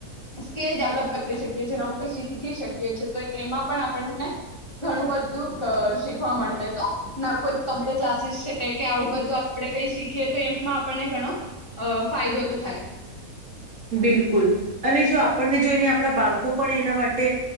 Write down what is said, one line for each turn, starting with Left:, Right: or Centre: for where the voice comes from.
Left: સ્કીલ ડેવલપ કરી નવું કઈ શીખી શકીએ છીએ. તો એમાં પણ આપ ઘણું બધું શીખવા મળે તો કોઈ કોમ્પ્યુટર ક્લાસીસ છે કે આવું બધું આપણે કઈ શીખીએ તો એમાં આપણને ઘણો ફાયદો થાય.
Right: બિલકુલ અને જો આપણને જોઈને આપણા બાળકો પણ એના માટે